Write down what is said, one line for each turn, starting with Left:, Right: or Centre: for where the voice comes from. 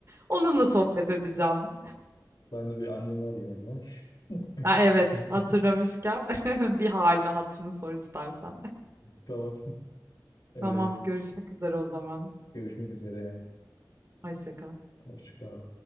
Right: Onunla sohbet edeceğim.
Left: Ben de bir annemi arayayım o zaman. <laughs>
Right: Ha, evet, hatırlamışken <laughs> bir haline hatırını sor istersen.
Left: Tamam.
Right: <laughs>
Left: Ee,
Right: Tamam, görüşmek üzere o zaman.
Left: görüşmek üzere.
Right: Hoşça kal.
Left: Hoşçakal.